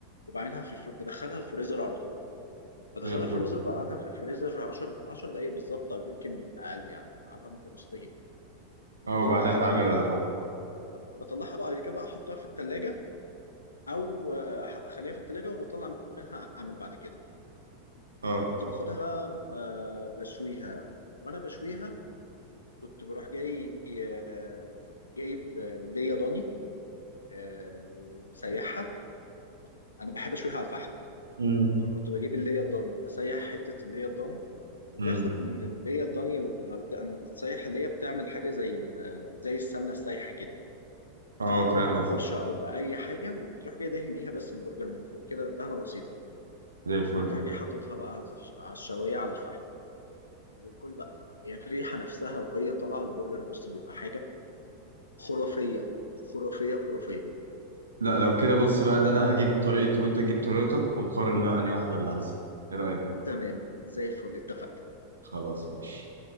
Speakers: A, on the left (about 75°); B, on the right (about 75°).
A: وبعدها في الفر... بدخلها الفريزر على طول بدخلها
B: زي الفل
A: الفريزر بقعدها في الفريزر 10 10 دقايق بالظبط او يمكن اقل يعني بقعدها مده بسيطه جدا وبطلعها
B: اه وبعدها تعملها
A: بعد كده
B: بقى
A: بطلعها بعد كده بقى احطها في التلاجة او آه، أح- اخليها في التلاجة وبطلع منها اعمل بعد كده
B: اه
A: كنت باخدها بقى ب- بشويها وانا بشويها كنت بروح جاي آه، جايب آه، ليا ضاني آه، ومسيحها انا بحب اشويها على الفحم
B: مم.
A: فكنت بجيب اللي هي الضاني وبسيح حتة اللي هي الضاني وباخد
B: مم.
A: من اللي هي الضاني وما بت- اما بتتسيح اللي هي بتعمل حاجة زي ال- زي السمنة السايحة كده
B: اه
A: بتاخد
B: فاهم
A: منها بفرشة
B: قصدي
A: أو بأي حاجة وبتروح جاي دهن بيها بس البرجر من فوق كده دهنة بسيطة
B: زي الفل
A: وتروح جاي حاططها بقى في- على الشواية على الفحم وكل بقى هي يعني الريحة نفسها وهي طالعة البرجر بص بيبقى حاجة خرافية خرافية خرافية
B: لا لو كده بص
A: أنا-
B: بقى ده انا هجيب طريقتي وانت تجيب طريقتك ونقارن بقى انهي واحده اللي احسن ايه رايك
A: تمام زي الفل اتفقنا
B: خلاص ماشي